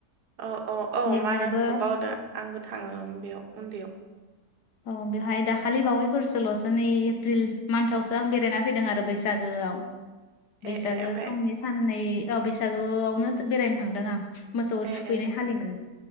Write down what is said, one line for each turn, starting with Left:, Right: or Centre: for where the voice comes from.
Right: अ अ औ
Left: बेवहायबो
Right: मानासखौ बावदो आंबो थाङो बेयाव उन्दैयाव।
Left: औ बेवहाय दाखालि बावैफोरसोल'सो नै एप्रिल मान्थआवसो आं बेरायना फैदों आरो बैसागोआव। बैसागो
Right: ए ए ओमफ्राय
Left: समनि साननै ओ बैसागोआवनो बेरायनो थांदों आं। मोसौ
Right: ए
Left: थुखैनाय
Right: ए
Left: खालिमोन